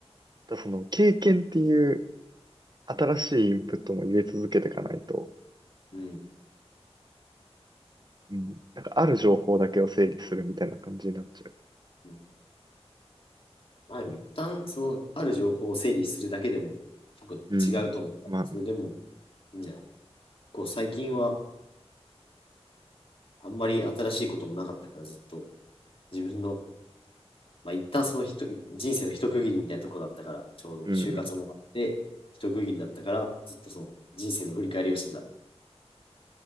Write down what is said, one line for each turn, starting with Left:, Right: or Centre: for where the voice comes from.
Right: だその経験っていう新しいインプットも入れ続けていかないと、
Left: うん。
Right: うん、なんかある情報だけを整理するみたいな感じになっちゃう。
Left: うんまあでも一旦、その、ある情報を整理するだけでも、結構違うと思う。
Right: うん。まあ、
Left: それでも、いいんじゃないこう、最近は、あんまり新しいこともなかったから、ずっと、自分のまあ、一旦その人人生の一区切りみたいなところだったから、ちょうど就活もあって、
Right: うん、
Left: 一区切りだったから、ずっとその人生の振り返りをしてた。